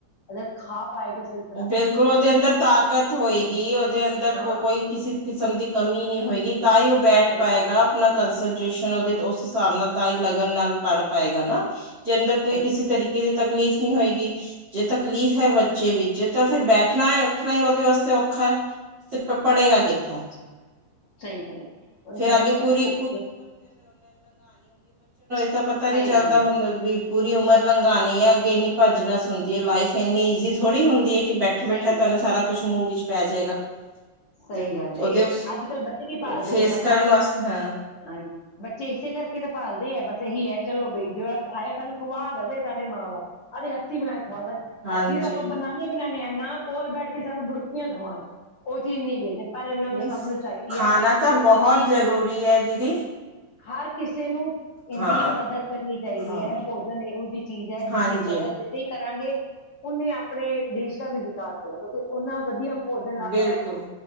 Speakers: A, on the left; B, on the right.
A: ਅਗਰ ਖਾ ਪਾਏਗਾ ਸਹੀ ਤਰ੍ਹਾਂ
B: ਬਿਲਕੁਲ, ਉਹਦੇ ਅੰਦਰ ਤਾਕਤ ਹੋਏਗੀ। ਦੇ ਅੰਦਰ
A: ਹਾਂ
B: ਕੋਈ ਕਿਸੇ ਕਿਸਮ ਦੀ ਕਮੀ ਨਹੀਂ ਹੋਏਗੀ, ਤਾਂ ਹੀ ਉਹ ਬੈਠ
A: ਬਿਲਕੁਲ
B: ਪਾਏਗਾ ਆਪਣਾ ਕੰਸਰਟ ਉਸ ਹਿਸਾਬ ਨਾਲ ਤਾਂ ਹੀ ਲਗਨ ਨਾਲ ਪੜ ਪਾਏਗਾ ਨਾ, ਜੇ ਅੰਦਰ ਕੋਈ
A: ਸਹੀ
B: ਕਿਸੇ ਤਰੀਕੇ ਦੇ ਤਕਲੀਫ਼ ਨੀ ਹੋਏਗੀ, ਜੇ ਤਕਲੀਫ਼ ਹੈ ਬੱਚੇ ਵਿੱਚ ਜੇ ਤਾਂ ਫੇਰ ਬੈਠਣਾ ਉੱਠਣਾ ਹੀ ਉਹਦੇ ਵਾਸਤੇ ਔਖਾ ਹੈ, ਤੇ ਪੜੇਗਾ ਕਿੱਥੋਂ?
A: ਸਹੀ ਗੱਲ। ਉਹੀ
B: ਫੇਰ
A: ਕਹਿੰਦੇ
B: ਅਗੇ ਪੂਰੀ
A: ਉਹ
B: ਤਾਂ ਪਤਾ ਨੀ
A: ਸਹੀ
B: ਚੱਲਦਾ
A: ਗੱਲ ਹੈ
B: ਹੁੰਦਾ ਵੀ ਪੂਰੀ ਉਮਰ ਲੰਘਾਣੀ ਹੈ ਅੱਗੇ ਨ ਭੱਜਣਾ ਸੁਣਦੀ ਹੈ ਲਾਈਫ ਫ ਇੰਨੀ ਈਜ਼ੀ ਥੋੜ੍ਹੀ ਹੁੰਦੀ ਹੈ, ਕਿ ਬੈਠੇ ਬੈਠਾ
A: ਸਹੀ
B: ਤੁਹਾਨੂੰ
A: ਗੱਲ
B: ਸਾਰਾ ਕੁਛ ਮੂੰਹ ਵਿੱਚ ਪੈ ਜਾਏਗਾ।
A: ਸਹੀ
B: ਤੇ
A: ਗੱਲ
B: ਉਹਦੇ
A: ਇਹ ਅੱਜ-ਕੱਲ੍ਹ ਬੱਚੇ ਕੀ ਪਾਲਦੇ
B: ਫੇਸ
A: ਆ ਬ ਸਾਨੂੰ
B: ਕਰਨ ਵਾਸਤੇ ਹਾਂ
A: ਹਾਂਜੀ ਬੱਚੇ ਇਸੇ ਕਰਕੇ ਤਾਂ ਪਾਲਦੇ ਹੈ ਬਸ ਇਹੀ ਹੈ ਚਲੋ ਬਈ ਜੋ ਆਏ ਸਾਨੂੰ ਖਵਾ ਦੇਵੇ ਸਾਡੇ ਮਾਂ ਬਾਪ ਆਦੇ ਹੱਥੀ ਬਣਾ ਕੇ। ਖ
B: ਹਾਂਜੀ
A: ਹੱਥੀ ਦਾ ਆਪਾਂ ਬਨਾਨੇ ਹੀ ਬਣਾਦੇ ਹਾਂ ਨਾ ਕੋਲ ਬੈਠ ਕੇ ਸਾਨੂੰ ਬੁਰਕੀਆਂ ਖਵਾਉਣ, ਉਹ ਚੀਜ਼ ਨਹੀਂ ਵੇਖਦੇ ਪਰ ਇਹਨਾਂ ਨੂੰ
B: ਨਹੀਂ
A: ਸਭ ਨੂੰ ਚਾਹੀਦੀ
B: ਖਾਣਾ
A: ਹੈ
B: ਤਾਂ
A: ਭੋਜਨ
B: ਬਹੁਤ
A: ਦੀ,
B: ਜ਼ਰੂਰੀ ਹੈ ਦੀਦੀ
A: ਹਰ ਕਿਸੇ ਨੂੰ ਇਹਦੀ
B: ਹਾਂ
A: ਕਦਰ ਕਰਨੀ ਚਾਹੀਦੀ
B: ਹਾਂ
A: ਹੈ ਭੋਜਨ ਇਹੋ ਜਿਹੀ ਚੀਜ਼ ਹੈ ਜਿੰਦੀ
B: ਹਾਂਜੀ
A: ਕਦਰ ਜਿੰਨੀ, ਕਰਾਂਗੇ ਉਹਨੇ ਆਪਣੇ ਦੇਸ਼ ਦਾ ਵੀ ਵਿਕਾਸ ਹੋਇਆ ਕਿਉਂਕਿ ਨਾ ਵਧੀਆ ਭੋਜਨ ਆਪ,
B: ਬਿਲਕੁਲ